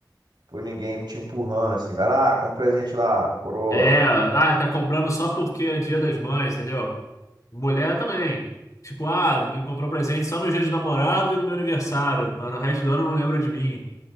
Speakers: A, on the right (about 70°); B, on the left (about 45°).
A: por ninguém te empurrando assim, vai lá, compra um presente lá pra coroa.
B: É, ah, tá comprando só porque é Dia das Mães, entendeu? Mulher também. Tipo, ah, me comprou um presente só no dia de namorado e no meu aniversário, mas no resto do ano não lembra de mim.